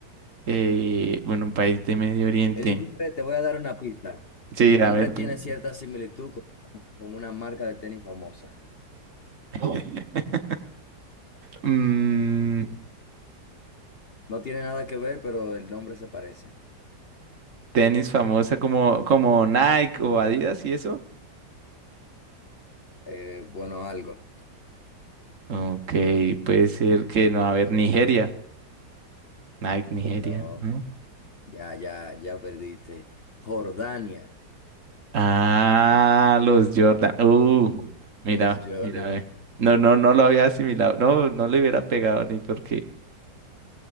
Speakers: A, on the right; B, on the left.
A: Eh, bueno, un país de Medio Oriente.
B: el nombre, te voy a dar una pista.
A: Sí,
B: El nombre
A: a ver,
B: tiene
A: dime.
B: cierta similitud con, con una marca de tenis famosa.
A: <laughs> Mm,
B: No tiene nada que ver, pero el nombre se parece.
A: tenis famosa como, como Nike o Adidas y eso.
B: Eh, bueno, algo.
A: Ok, puede ser que no, a ver, Nigeria. Nike, Nigeria,
B: No,
A: ¿no?
B: ya, ya, ya perdiste. Jordania.
A: Ah, los Jordan. Uh, mira,
B: Pues Jordan.
A: mira, ve. No, no, no lo había asimilado. No, no le hubiera pegado ni porque,